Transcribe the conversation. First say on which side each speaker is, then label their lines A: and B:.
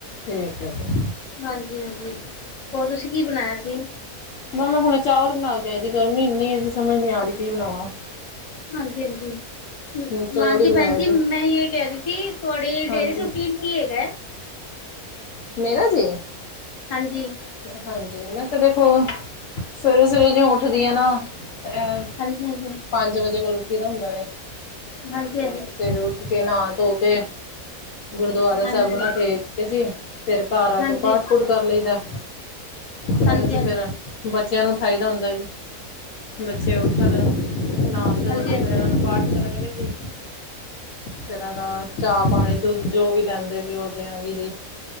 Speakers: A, on the left (about 65°); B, on the left (about 35°).
A: ਠੀਕ ਹੈ ਜੀ
B: ਹਾਂਜੀ-ਹਾਂਜੀ ਹੋਰ ਤੁਸੀਂ ਕੀ ਬਨਾਇਆ ਸੀ।
A: ਮੈੈਂ ਹੁਣੇ ਚਾਵਲ ਬਨਾ ਕੇ ਆਈ ਸੀ, ਗਰਮੀ ਇੰਨੀ ਏ ਜੀ ਸਮਝ ਨੀ ਆ ਰਈ ਕੀ ਬਣਾਵਾਂ
B: ਹਾਂਜੀ, ਹਾਂਜੀ,
A: ਹੁਣ ਚੌਲ
B: ਹਾਂਜੀ
A: ਹੀ ਬਣਾਇਆ
B: ਭੈਣਜੀ
A: ਜੀ
B: ਮੈਂ ਏ ਕੈ ਰਈ ਸੀ ਤੁਹਾਡੀ
A: ਹਾਂਜੀ
B: ਡੇਲੀ ਰੂਟੀਨ ਕੀ ਹੈਗੈ।
A: ਮੇਰਾ ਜੀ।
B: ਹਾਂਜੀ।
A: ਹਾਂਜੀ, ਮੈਂ ਤਾਂ ਦੇਖੋ ਸਵੇਰੇ-ਸਵੇਰੇ ਜਿਂਵੇ ਉੱਠਦੀ ਆਂ ਨਾ ਅ
B: ਹਾਂਜੀ ਹਾਂਜੀ।
A: ਪੰਜ ਵਜੇ ਕੋਲ ਉੱਠੀ ਦਾ ਹੁੰੰਦਾ ਏ,
B: -ਹਾਂਜੀ
A: ਤੇ ਸਵੇਰੇ ਉੱਠ ਕੇ ਨਾ ਧੋ ਕੇ ਗੁਰਦੁਆਰਾ
B: -ਹਾਂਜੀ
A: ਸਾਹਿਬ ਮੱਥਾ ਟੇਕ ਕੇ ਜੀ, ਫੇਰ ਘਰ ਆ
B: -ਹਾਂਜੀ
A: ਕੇ ਪਾਠ
B: -ਹਾਂਜੀ।
A: ਪੂਠ ਕਰ ਲਈਦਾ ਪੈਲਾ
B: ਹਾਂਜੀ
A: ਅਸੀ ਫੇਰ ਬੱਚਿਆਂ ਨੂੰ ਉਠਾਈਦਾ ਹੁੰਦਾ ਜੀ। ਬੱਚੇ ਉੱਠਣ ਨਾਨ ਧਰਨੇ,
B: -ਹਾਂਜੀ -ਹਾਂਜੀ
A: ਫੇਰ ਇਨਾਂ
B: -ਹਾਂਜੀ
A: ਨੂੰ ਪਾਠ ਕਰਨਗੇ ਜੀ। ਫੇਰ ਹਨ ਚਾਹ ਪਾਣੀ ਦੁੱਧ ਜੋ ਵੀ ਲੈਂਦੇ ਜੇ ਉ ਦੇਆਂਗੀ ਜੀ